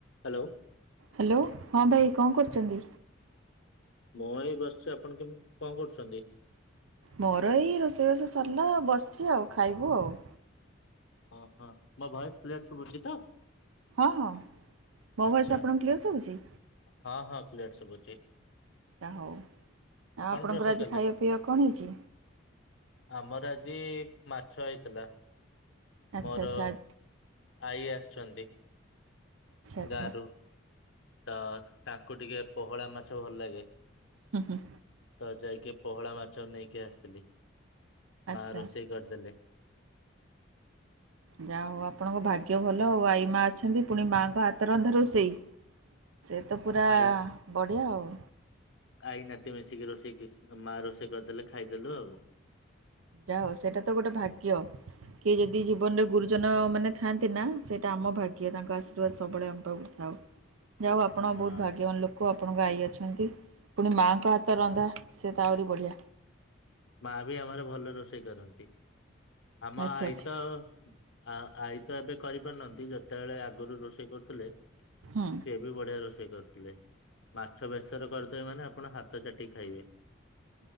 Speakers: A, on the left; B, on the right.
A: Hello.
B: Hello. ହଁ ଭାଇ କଣ କରୁଛନ୍ତି?
A: ମୁଁ ଏଇ ବସିଛି। ଆପଣ କେମିତି କଣ କରୁଛନ୍ତି?
B: ମୋର ଏଇ ରୋଷେଇବାସ ସରିଲା। ବସିଛି ଆଉ। ଖାଇବୁ ଆଉ।
A: ଓହୋ। ମୋ ଭଏସ୍ କ୍ଲିଅର୍ ସୁବୁଛି ତ?
B: ହଁ ହଁଲ ମୋ
A: ଆଚ୍ଛା
B: ଭଏସ୍ ଆପଣଙ୍କୁ କ୍ଲିଅର୍ ସବୁଛି?
A: ହଁ ହଁ। କ୍ଲିୟର ସୁବୁଛି।
B: ଆଚ୍ଛା ହଉଲ ଆଉ ଆପଣଙ୍କର
A: ରୋଷେଇ
B: ଆଜି
A: କଲେ?
B: ଖାଇବା ପିଇବା କଣ ହେଇଛି?
A: ଆମର ଆଜି ମାଛ ହେଇଥିଲା।
B: ଆଚ୍ଛା
A: ମୋର
B: ଆଚ୍ଛା ଆଚ୍ଛା
A: ଆଈ ଆସିଛନ୍ତି।
B: ଆଚ୍ଛା
A: ଦାରୁ। ତ ତାଙ୍କୁ ଟିକେ ପୋହଳା ମାଛ ଭଲ ଲାଗେ।
B: ହୁଁ ହୁଁ
A: ତ ଯାଇକି ପୋହଳା ମାଛ ନେଇକି ଆସିଥିଲି।
B: ଆଚ୍ଛା
A: ମା ରୋଷେଇ କରିଦେଲେ।
B: ଯାହା ହଉ ଆପଣଙ୍କ ଭାଗ୍ୟ ଭଲ ଆଉ। ଆଈ ମା ଅଛନ୍ତି ପୁଣି ମାଆଙ୍କ ହାତ ରନ୍ଧା ରୋଷେଇ? ସେ ତ ପୁରା
A: ଆଇ
B: ବଢ଼ିଆ ଆଉ।
A: ଆଇ ନାତି ମିଶିକି ରୋଷେଇ <unintelligible> ମା ରୋଷେଇ କରିଦେଲେ ଖାଇଦେଲୁ ଆଉ।
B: ଯାହା ହଉ ସେଇଟା ତ ଗୋଟେ ଭାଗ୍ୟ। କିଏ ଯଦି ଜୀବନରେ ଗୁରୁଜନ ମାନେ ଥାଆନ୍ତି ନା? ସେଇଟା ଆମ ଭାଗ୍ୟ। ତାଙ୍କ ଆଶୀର୍ବାଦ ସବୁବେଳେ ଆମ ପାଖରେ ଥାଉ। ଯାହଉ ଆପଣ
A: ହଁ
B: ବହୁତ ଭାଗ୍ୟବାନ ଲୋ କ, ଆପଣଙ୍କ ଆଈ ଅଛନ୍ତି। ପୁଣି ମାଆଙ୍କ ହାତ ରନ୍ଧା ସେ ତ ଆହୁରି ବଢ଼ିଆ।
A: ମା ବି ଆମର ଭଲ ରୋଷେଇ କରନ୍ତି। ଆମ
B: ଆଚ୍ଛା
A: ଆଇ
B: ଆଚ୍ଛା
A: ତ ଆ ଆଈ ତ ଏବେ କରିପାରୁନାହାନ୍ତି। ଯେତେବେଳେ ଆଗରୁ ରୋଷେଇ କରୁଥିଲେ?
B: ହୁଁ।
A: ସିଏ ବି ବଢିଆ ରୋଷେଇ କରିୁଥିଲେ। ମାଛ ବେସର କରିଦେବେ ମାନେ ଆପଣ ହାତ ଚାଟିକି ଖାଇବେ।